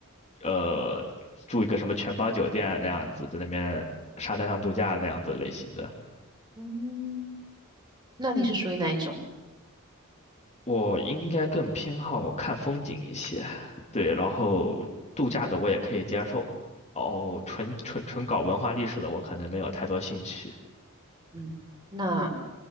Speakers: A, on the left; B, on the right.
A: 呃住一个什么全包酒店那样子，在那边沙滩上度假那样子类型的。
B: 嗯，那你是属于哪一种？
A: 我应该更偏好看风景一些，对，然后度假的我也可以接受，哦，纯纯纯搞文化历史的我可能没有太多兴趣。
B: 嗯，那